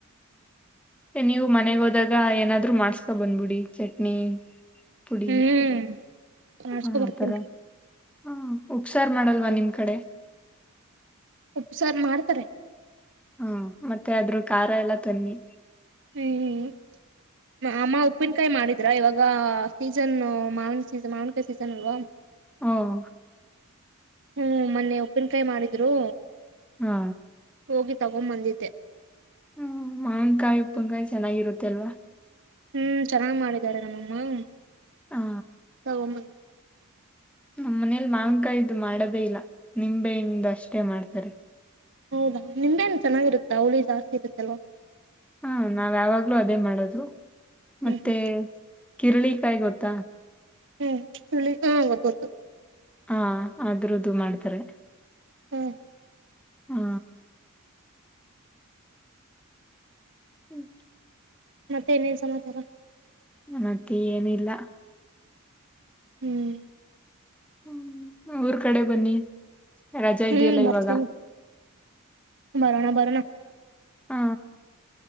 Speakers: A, in the centre; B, on the right.
A: ನೀವ್ ಮನೆಗ್ ಹೋದಾಗ ಏನಾದ್ರು ಮಾಡಸ್ಕೊ ಬಂದ್ಬಿಡಿ ಚಟ್ನಿ ಪುಡಿ
B: ಹ್ಮ್ ಮಾಡಸ್ಕೊ
A: ಆತರ
B: ಬರ್ತನ್.
A: ಹಾ ಉಪ್ಸಾರ್ ಮಾಡಲ್ವಾ ನಿಮ್ ಕಡೆ
B: ಉಪಸಾರ ಮಾಡ್ತಾರೆ.
A: ಹಾ ಮತ್ತೆ ಅದ್ರೂ ಖಾರ ಎಲ್ಲ ತನ್ನಿ
B: ಹ್ಮ್ ಹ್ಮ್ ಆಮ್ಮ ಉಪ್ಪನ್ ಕಾಯಿ ಮಾಡ್ ಇದ್ರ ಇವಾಗ ಸೀಸನ್ ಮಾವಿನ ಸೀಸನ್ ಮಾವಿನಕಾಯಿ ಸೀಸನ್ ಅಲ್ವಾ.
A: ಹ್ಮ
B: ಹ್ಮ್ ಮೊನ್ನೆ ಉಪ್ಪಿನಕಾಯಿ ಮಾಡಿದ್ರು.
A: ಹಾ.
B: ಹೋಗಿ ತಗೊಂಬಂದಿದ್ದೆ.
A: ಹ್ಮ ಮಾವಿನ್ಕಾಯಿ ಉಪ್ಪನ್ಕಾಯಿ ಚೆನ್ನಾಗಿರುತ್ತೆಲ್ವಾ.
B: ಹ್ಮ್ ಚೆನ್ನಾಗ್ ಮಾಡಿದ್ದಾರೆ ನಮ್ಮಮ್ಮ
A: ಹಾ
B: ತಗೊ್ ಬಂದಿದಿ
A: ನಮ್ಮ ಮನೇಲಿ ಮಾವನ್ಕಾಯಿದು ಮಾಡದೇ ಇಲ್ಲ ನಿಂಬೆಯಿಂದ ಅಷ್ಟೇ ಮಾಡ್ತಾರೆ.
B: ಹೌದಾ ನಿಂಬೆನು ಚೆನ್ನಾಗಿರುತ್ತಾ ಹುಳಿ ಜಾಸ್ತಿ ಇರುತ್ತಲ್ವಾ.
A: ಹಾ ನಾವ್ ಯಾವಾಗ್ಲೂ ಅದೇ ಮಾಡೋದು. ಮತ್ತೆ
B: ಹ್ಮ್ ಹ್ಮ್
A: ಕಿರುಳಿ ಕಾಯ ಗೊತ್ತ
B: ಹ್ಮ್ ಚಳಿ ಕಾಯಿ ಗೊತ್ತು
A: ಹಾ ಆದ್ರದು ಮಾಡ್ತಾರೆ.
B: ಹ್ಮ್.
A: ಹ್ಮ ಹ್ಮ.
B: ಮತ್ತೆ ಏನ್ ಸಮಾಚಾರ.
A: ಮತ್ತೆ ಏನಿಲ್ಲ
B: ಹ್ಮ್.
A: ಹ್ಮ ಊರ್ ಕಡೆ ಬನ್ನಿ. ರಜಾ
B: ಹ್ಮ್
A: ಇದ್ಯಲ್ಲ
B: ಬರ್ತೇನೆ
A: ಇವಾಗ.
B: ಬರೋಣ ಬರೋಣ.
A: ಹಾ